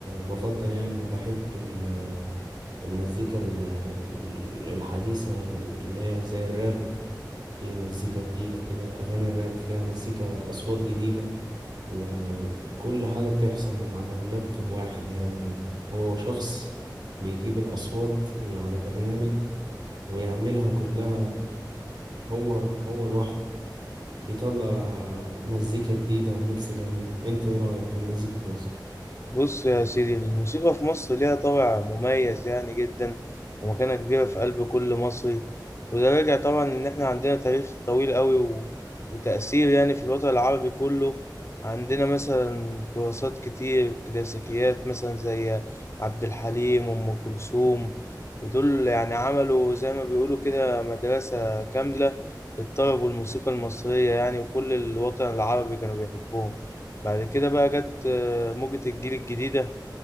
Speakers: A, on the right; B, on the left.
A: بفضل يعني وبحب ال المزيكا ال- ال- الحديثة اللي هي زي الراب في مزيكا جديدة كده أغاني الراب فيها مزيكا أصوات جديدة وكل حاجة بتحصل من على اللابتوب واحد يعني هو شخص بيجيب الأصوات من على برنامج ويعملها كلها هو هو لوحده يطلع مزيكا جديدة وميكس جميل انت ايه رأيك في المزيكا في مصر؟
B: بص يا سيدي الموسيقى في مصر ليها طابع مميز يعني جدا ومكانة كبيرة في قلب كل مصري وده راجع طبعا إن إحنا عندنا تاريخ طويل قوي و... وتأثير يعني في الوطن العربي كله عندنا مثلا تراثات كتير كلاسيكيات مثلا زي عبد الحليم وأم كلثوم ودول يعني عملوا زي ما بيقولوا كده مدرسة كاملة للطرب والموسيقى المصرية يعني وكل الوطن العربي كانوا بيحبوهم بعد كده بقى جت موجة الجيل الجديدة